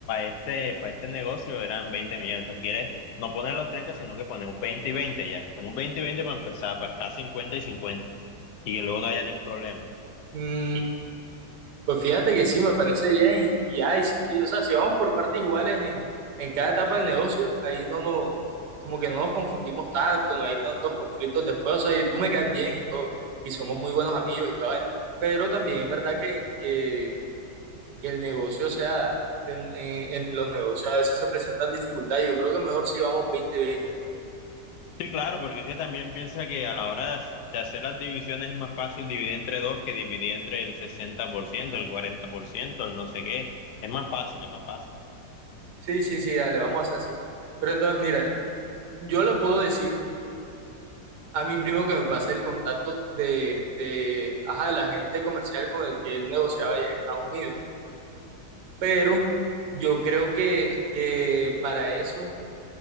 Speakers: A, on the left (about 75°); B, on the right (about 75°).
A: este, para este negocio eran 20 millones. O sea, si quieres, no poner los 30 sino que ponemos 20 y 20 ya. Ponemos 20 y 20 para empezar, para estar 50 y cincuenta Y que luego no haya ningún problema.
B: Mm, pues fíjate que sí, me parece bien. Y, y, ay, sí, y, o sea, si vamos por partes iguales en, en cada etapa del negocio, ahí no nos, como que no nos confundimos tanto, no hay tantos conflictos después. O sea, y tú me caes bien y todo, y somos muy buenos amigos y toda vaina. Pero también es verdad que, que que el negocio, o sea, en, en- en los negocios a veces se presentan dificultades. Yo creo que mejor si vamos veinte veinte.
A: Sí, claro, porque es que también piensa que a la hora de hac- de hacer las divisiones es más fácil dividir entre dos que dividir entre el 60%, el 40%, el no sé qué. Es más fácil, es más fácil.
B: Sí, sí, sí, dale, vamos a hacer así. Pero entonces, mira, yo le puedo decir a mi primo que me pase el contacto de, de, ajá, del agente comercial con el que él negociaba allá en Estados Unidos. Pero yo creo que, que para eso.